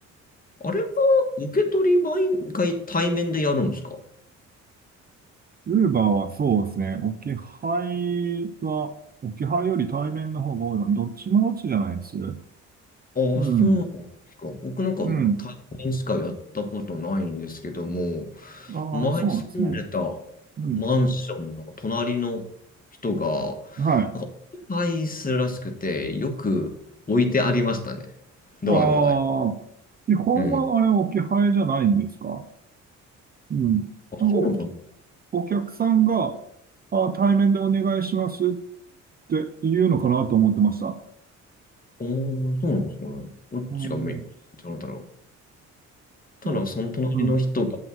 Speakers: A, on the left (about 30°); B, on the right (about 30°).
A: あれは、受け取り毎回対面でやるんですか
B: ウーバーはそうですね。置き配は、置き配より対面の方が多いから、どっちもどっちじゃないです。う
A: ああ、
B: ん。
A: そうなんですか。僕なんか対面しかやったことないんですけども、
B: うん。ああ、
A: 前住んでた
B: そうなんですね。うん。
A: マンションの隣の人が、
B: はい。
A: なんか、お願いするらしくて、よく置いてありましたね。ドアの前。
B: ああ、基本はあれ置き配じゃないんですか
A: うん。
B: うん。
A: あ、
B: なんかお、
A: そうなのかな
B: お客さんが、あ、対面でお願いしますって言うのかなと思ってました。
A: ああそうなんですかね。どっちがメインなんだろ
B: うん。
A: ただその隣の人が
B: えうん。